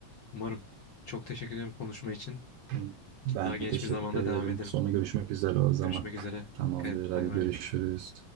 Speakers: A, on the left; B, on the right.
A: Umarım. Çok teşekkür ederim konuşma için.
B: Hı. Ben
A: Daha geniş
B: teşekkür
A: bir zamanda
B: ederim.
A: devam ederim.
B: Sonra görüşmek üzere o zaman.
A: Görüşmek üzere.
B: Tamamdır.
A: Dikkat et.
B: Hadi
A: Bay bay.
B: görüşürüz.